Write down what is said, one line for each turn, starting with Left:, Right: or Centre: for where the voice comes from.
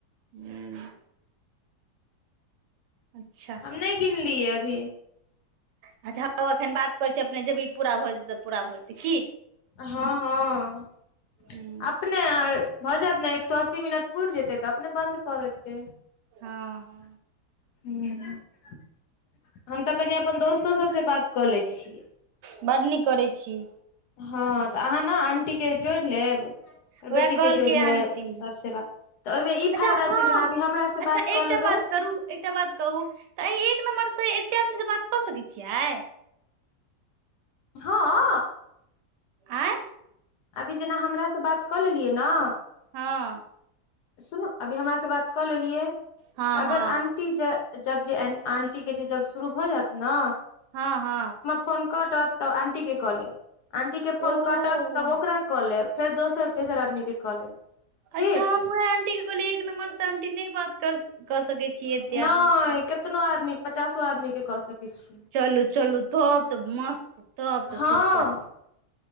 Right: हु अच्छा।
Left: हम नहि गिनलियै अभी।
Right: अच्छा होऊ अखन बात करै छियै अपने जबी पूरा भऽ जेतै पूरा भऽ जेतै की।
Left: हँ हँ
Right: हँ
Left: अप अपने भऽ जायत ने एक सौ अस्सी मिनट पूरि जेतै तऽ अपने बंन्द कऽ देतैय।
Right: हँ।
Left: हूं। हम तऽ कनि अपन दोस्तो सबसँ बात कऽ लय छियै।
Right: बड्ड नीक करैत छी।
Left: हँ तऽ अहाँ ने आंटीके जोड़ि लेब
Right: उएह
Left: बेटीके
Right: कहलकै
Left: जोड़ि लेब
Right: आंटी
Left: सभसे बा तऽ ओहि मे ई
Right: अच्छा
Left: फायदा
Right: हँ
Left: छै जेना अभी हमरासँ
Right: अच्छा
Left: बात
Right: एकटा
Left: कऽ लेबै
Right: बात करू एकटा बात कहू तऽ एहि एक नम्बर से एते आदमी से बात कऽ सकैत छियै।
Left: हँऽ।
Right: आँय।
Left: अभी जेना हमरास बात कऽ लेलियै न
Right: हँ।
Left: सुनू अभी हमरासँ बात कऽ लेलियै।
Right: हँ
Left: तऽ अगर
Right: हँ
Left: आंटी जे जब जे आंटी के जे जब शुरू भऽ जैत ना।
Right: हँ हँ।
Left: फोन कटत तब आंटी के कऽ लेब आंटी के फोन
Right: ओ
Left: कटत तब ओकरा कऽ लेब फेर दोसर तेसर आदमी के कऽ लेब। ठीक
Right: अच्छा हम उहा आंटी के कहलियै एक नम्बर से आंटी नहि बात कऽ सकैत छियै। एते
Left: नहि
Right: आदमी से
Left: कितनो आदमी पचासो आदमी के कऽ सकैत छीयै।
Right: चलू चलू तब तऽ मस्त तब तऽ
Left: हँ
Right: सुपर।